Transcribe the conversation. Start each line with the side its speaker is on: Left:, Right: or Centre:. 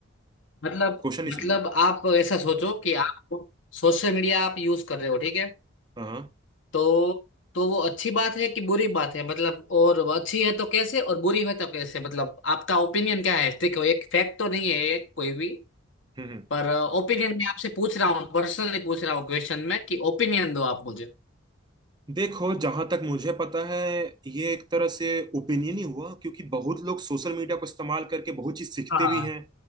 Left: मतलब
Right: क्वेश्चन नहीं समझा
Left: मतलब आप ऐसा सोचो कि आप सोशल मीडिया आप यूज कर रहे हो ठीक है
Right: हाँ हाँ
Left: तो तो वो अच्छी बात है कि बुरी बात है मतलब और वो अच्छी है तो कैसे और बुरी है तो कैसे मतलब आपका ओपिनियन क्या है देखो एक फैक्ट तो नहीं है ये कोई भी
Right: हम्म हम्म।
Left: पर ओपिनियन मैं आपसे पूछ रहा हूँ पर्सनली पूछ रहा हूँ क्वेश्चन में कि ओपिनियन दो आप मुझे
Right: देखो जहां तक मुझे पता है ये एक तरह से ओपिनियन ही हुआ क्योंकि बहुत लोग सोशल मीडिया को इस्तेमाल करके बहुत चीज सीखते
Left: हाँ
Right: भी हैं